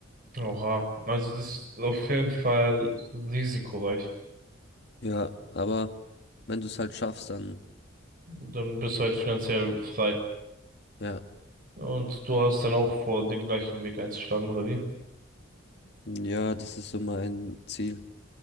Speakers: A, on the right; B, on the left.
A: Oha. Also das ist auf jeden Fall risikoreich.
B: Ja, aber wenn du es halt schaffst, dann
A: Dann bist du halt finanziell frei.
B: ja,
A: Und du hast dann auch vor, den gleichen Weg einzuschlagen, oder wie?
B: ja, das ist so mein Ziel.